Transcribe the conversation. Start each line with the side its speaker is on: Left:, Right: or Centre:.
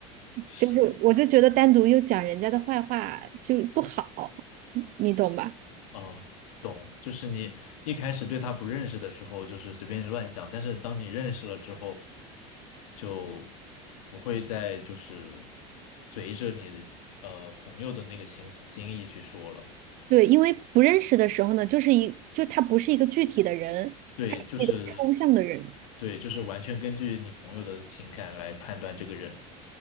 Left: 是。
Right: 就是我就觉得单独又讲人家的坏话就不好，嗯你懂吧？
Left: 哦，懂，就是你一开始对他不认识的时候，就是随便乱讲，但是当你认识了之后，就不会再就是随着你呃朋友的那个心思心意去说了。
Right: 对，因为不认识的时候呢，就是一就他不是一个具体的人，
Left: 对，
Right: 他是一个抽象的人，
Left: 就是对，就是完全根据你朋友的情感来判断这个人。